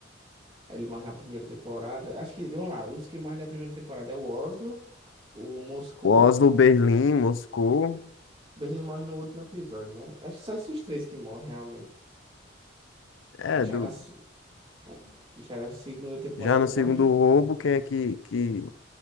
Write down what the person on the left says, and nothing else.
O Oslo, Berlim, Moscou.
É,
do...
já no
segundo roubo, quem é que, que,